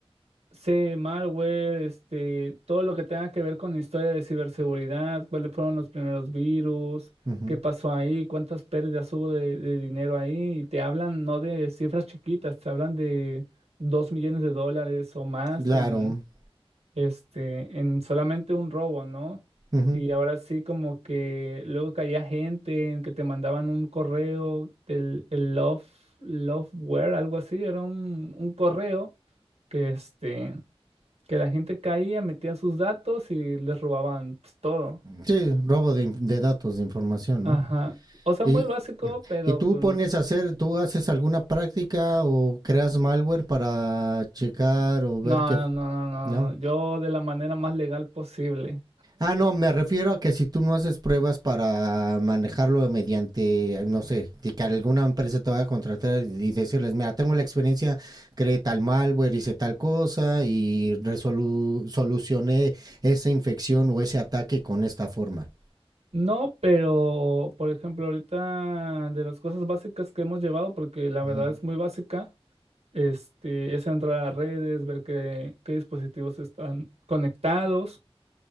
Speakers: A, on the right; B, on the right.
A: sé malware, este, todo lo que tenga que ver con la historia de ciberseguridad, cuáles fueron los primeros virus,
B: Ujú,
A: qué pasó ahí, cuántas pérdidas hubo de, de dinero ahí, y te hablan no de cifras chiquitas, te hablan de dos millones de dólares o más
B: Claro.
A: en, este, en solamente un robo, ¿no?
B: ujú.
A: Y ahora sí como que luego caía gente en que te mandaban un correo del el Love, Loveware, algo así, era un, un correo que este, que la gente caía, metía sus datos y les robaban pues, todo.
B: Sí, robo de, in- de datos, de información,
A: Ajá.
B: ¿no?
A: O sea,
B: ¿Y,
A: muy básico, pero
B: y tú
A: pues
B: pones a hacer, tú haces alguna práctica o creas malware para checar o ver
A: no,
B: que,
A: no, no, no,
B: ¿no?
A: no, no. Yo de la manera más legal posible.
B: Ah, no, me refiero a que si tú no haces pruebas para manejarlo mediante, no sé, de que alguna empresa te vaya a contratar y decirles, mira, tengo la experiencia, creé tal malware, hice tal cosa y resolu- solucioné esa infección o ese ataque con esta forma.
A: No, pero por ejemplo, ahorita de las cosas básicas que hemos llevado, porque la
B: Mm.
A: verdad es muy básica, este, es entrar a redes, ver qué, qué dispositivos están conectados,